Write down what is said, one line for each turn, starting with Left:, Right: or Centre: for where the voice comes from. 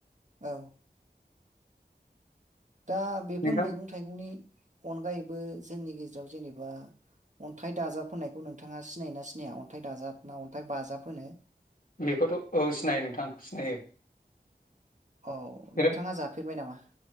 Right: औ दा बेफोर
Left: नोंथां
Right: मैगं थाइगंनि अनगायैबो। जोंनि गेजेराव जेनेबा अन्थाइ दाजाब होननायखौ नोंथाङा सिनायोना सिनाया अन्थाइ दाजाब ना अन्थाइ बाजाब होनो
Left: बेखौथ' ओ सिनायो नोंथां सिनायो
Right: औ
Left: बिराद
Right: नोंथाङा जाफेरबाय नामा